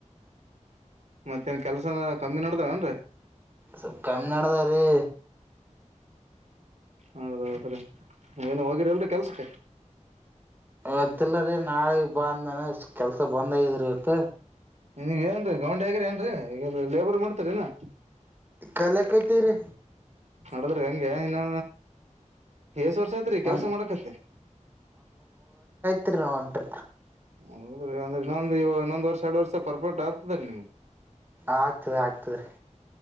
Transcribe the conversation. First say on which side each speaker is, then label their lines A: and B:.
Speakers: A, on the right (about 60°); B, on the right (about 15°).
A: ಮತ್ತೇನ್ ಕೆಲ್ಸ ಕಮ್ಮಿ ನೋಡದಾವನ್ರರಿ
B: ಸುಪ್ ಕಮ್ಮಿ ನಡದ್ರೀ
A: ಹೌದೌದ್ರೀ ನೀ ಏನು ಹೋಗಿರಿ ಅಲ್ರರಿ ಕೆಲ್ಸಕ್ಕೆ
B: ಇತ್ತಿಲ್ಲ ರೀ ನಾಳೆ ಬಾಂದನ ಕೆಲ್ಸ ಬಂದಗಿದ್ರಿ ಇಟ್ಟ
A: ನೀವ ಏನ್ರೀ ಗೌಂಡೆ ಹಗ್ರ ಏನ್ರೀ ಈಗ ಲೇಬರ್ ಮಾಡ್ತರಿಲ್ಲ
B: ಕಲೆ ಕೈತಿರಿ
A: ನಡದ್ರೆ ಹೆಂಗೆ ಇನ್ನು ಎಷ್ಟು ವರ್ಷ ಐತ್ರಿ ಕೆಲ್ಸ
B: ಒಂದ್
A: ಮಾಡಕತ್ತ
B: ತಿರುನಂಟು
A: ಹೌದೀ ಅಂದ್ರ ಇನ್ನೊಂದು ವರ್ ಎರಡ್ ವರ್ಷ ಪರ್ಫೆಕ್ಟ್ ಆಗ್ತದ ರೀ ನಿಮ್ಗೆ
B: ಆಗ್ತದೆ ಆಗ್ತದೆ ರೀ